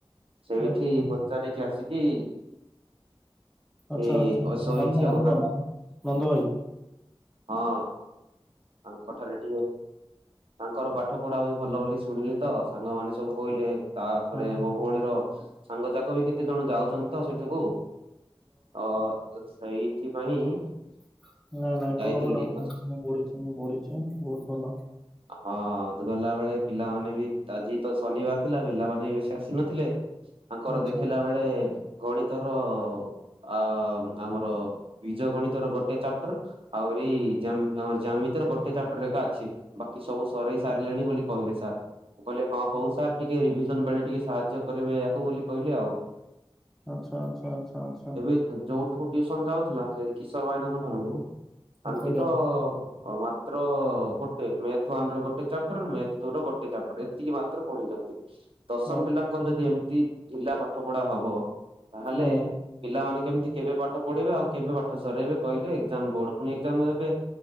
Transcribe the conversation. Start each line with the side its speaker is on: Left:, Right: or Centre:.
Right: ସେଇଠି
Centre: ଆଚ୍ଛା
Right: ପଚାରିକି ଆସିକି
Centre: ଆଚ୍ଛା
Right: ଏ
Centre: ଆଚ୍ଛା
Right: ଶୋଇଛି
Centre: ନନ୍ଦ ନନ୍ଦ
Right: ଆଉ ତାଙ୍କ
Centre: ନନ୍ଦ ଭାଇ।
Right: ହଁ ତାଙ୍କ ଠାରେ ଟି ତାଙ୍କର ପାଠ ପଢା ବି ଭଲ ବୋଲି ଶୁଣିଲି ତ ସାଙ୍ଗମାନେ ସବୁ କହିଲେ ତାପରେ
Centre: ହଁ
Right: ମୋ ଭଉଣୀର ସାଙ୍ଗ ଯାକ ବି କେତେ ଜଣ ଯାଉଛନ୍ତି ତ ସେଇଠାକୁ ହଁ ସେଇଥିପାଇଁ
Centre: <unintelligible>
Right: ଯାଇଥିଲି ଟିକେ ପଚା ହଁ ଗଲାବେଳେ ପିଲାମାନେ ଆଜି ତ ଶନିବାର ଥିଲା ପିଲାମାନେ ବେଶୀ ଆସିନଥିଲେ ତାଙ୍କର
Centre: ଆଚ୍ଛା
Right: ଦେଖିଲା ବେଳେ ଗଣିତର ଆ ଆମର ବୀଜ ଗଣିତର ଗୋଟେ ଚାପ୍ଟର ଆଉ ଏଇ ଆମର ଜାମିିତିର ଗୋଟେ ଚାପ୍ଟର ଏକା ଅଛି ବାକି ସବୁ ସରେେଇ ସାରିଲେଣି ବୋଲି କହିଲେ ସାର୍। ମୁଁ କହିଲି ହଁ ହଉ ସାର୍ ଟିକେ ରିଭିଜନ ବେଳେ ଟିକେ ସାହାଯ୍ୟ କରିବେ ୟାକୁ ବୋଲି କହିଲେ ଆଉ।
Centre: ଆଚ୍ଛା ଆଚ୍ଛା ଆଚ୍ଛା ଆଚ୍ଛା
Right: ଏବେ ଯୋଉଠୁ ଟିଉସନ ଯାଉ ଥିଲା ସେ କିଶୋର ଭାଇନାଙ୍କ ଠାରୁ ତାଙ୍କେ
Centre: ଆଚ୍ଛା ଗା-
Right: ତ ମାତ୍ର ଗୋଟେ ଥ ୱାନ ର ଗୋଟେ ଚାପଟର ମ୍ୟାଥ୍ ଟୁ ର ଗୋଟେ ଚାପ୍ଟର ଏତିକି ମାତ୍ର ପଢିଛନ୍ତି। ଦଶମ
Centre: ଆ-
Right: ପିଲାଙ୍କର ଯଦି ଏମିତି ଢ଼ିଲା ପାଠ ପଢା ହବ ତାହେଲେ
Centre: ହଁ
Right: ପିଲାମାନେ କେମିତି କେବେ ପାଠ ପଢିବେ ଆଉ କେବେ ପାଠ ସରାଇବେ କହିଲେ ଏକ୍ଜାମ ବୋର୍ଡ ପୁଣି ଏକ୍ଜାମ ଦେବେ